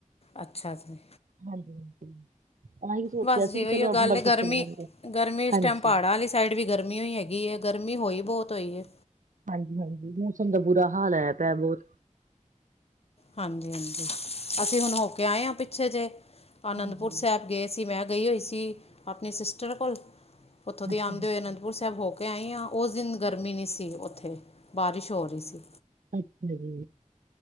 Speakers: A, on the left (about 50°); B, on the right (about 80°).
A: ਅੱਛਾ ਜੀ।
B: ਹਾਂਜੀ ਹਾਂਜੀ। ਆਹੀ ਸੋਚਿਆ
A: ਬਸ
B: ਸੀ
A: ਜੀ
B: ਕਿ
A: ਉਹੀਓ
B: ਚਲੋ
A: ਗੱਲ
B: ਅੰਮ੍ਰਿਤਸਰ
A: ਏ ਗਰਮੀ
B: ਚੱਲਾਂਗੇ
A: ਗਰਮੀ ਇਸ
B: ਹਾਂਜੀ
A: ਟਾਈਮ ਪਹਾੜਾ ਆਲੀ ਸਾਈਡ ਵੀ ਗਰਮੀ ਹੋਈ ੳ ਹੈਗੀ ਹੈ ਗਰਮੀ ਹੋਈ ਬਹੁਤ ਹੋਈ ਹੈ
B: ਹਾਂਜੀ ਹਾਂਜੀ ਮੌਸਮ ਦਾ ਬੁਰਾ ਹਾਲ ਹੋਆ ਪਿਆ ਬਹੁਤ
A: ਹਾਂਜੀ ਹਾਂਜੀ ਅਸੀਂ ਹੁਨ ਹੋ ਕੇ ਆਏ ਹਾਂ ਪਿੱਛੇ ਜਿਹੇ ਅਨੰਦਪੁਰ
B: ਹਾਂਜੀ
A: ਸਾਹਿਬ ਗਏ ਸੀ ਮੈਂ ਗਈ ਹੋਈ ਸੀ ਅਪਣੀ ਸਿਸਟਰ ਕੋਲ ਉੱਥੋਂ ਦੇ
B: ਅੱਛਾ
A: ਆਉਂਦੇ
B: ਜੀ
A: ਹੋਏ ਅਨੰਦਪੁਰ ਸਾਹਿਬ ਹੋ ਕੇ ਮੈਂ ਆਈ ਹਾਂ ਉਸ ਦਿਨ ਗਰਮੀ ਨਹੀਂ ਸੀ ਉੱਥੇ ਬਾਰਿਸ਼ ਹੋ ਰਹੀ ਸੀ।
B: ਅੱਛਾ ਜੀ।